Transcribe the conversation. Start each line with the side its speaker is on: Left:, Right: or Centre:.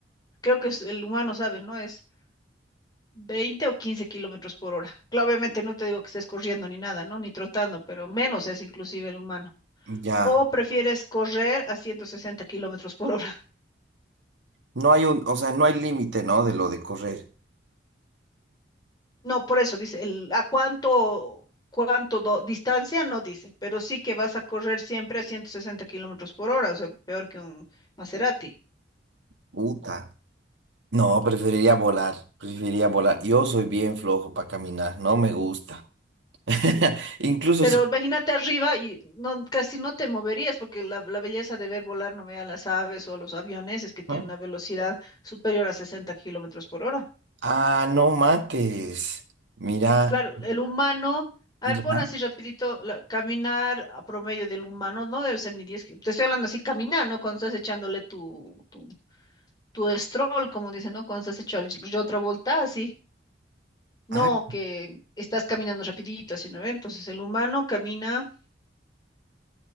Left: Creo que es el humano, ¿sabes? ¿No? Es 20 o 15 kilómetros por hora. Claro, obviamente no te digo que estés corriendo ni nada, ¿no? Ni trotando, pero menos es inclusive el humano.
Right: Ya.
Left: ¿O prefieres correr a 160 kilómetros por hora? <laughs>
Right: No hay un, o sea, no hay límite, ¿no? De lo de correr.
Left: No, por eso dice, el, ¿a cuánto, cuánto do- distancia? No dice, pero sí que vas a correr siempre a 160 kilómetros por hora, o sea, peor que un Maserati.
Right: Puta. No, preferiría volar, preferiría volar. Yo soy bien flojo para caminar, no me gusta. <laughs> Incluso
Left: Pero
Right: si...
Left: imagínate arriba y no, casi no te moverías, porque la, la belleza de ver volar, no vea las aves o a los aviones, es que tienen
Right: ¿Ah?
Left: una velocidad superior a 60 kilómetros por hora.
Right: Ah, no mates. Mira,
Left: Claro, el humano, a
Right: ya.
Left: ver, pon así rapidito, la- caminar a promedio del humano no debe ser ni diez. kilómetros. Te estoy hablando así, caminar, ¿no? Cuando estás echándole tu, tu, tu stroll, como dicen, ¿no? Cuando estás hecho al- yo otra vuelta, así.
Right: Ah.
Left: No, que estás caminando rapidito, así, ¿no? ve? Entonces el humano camina,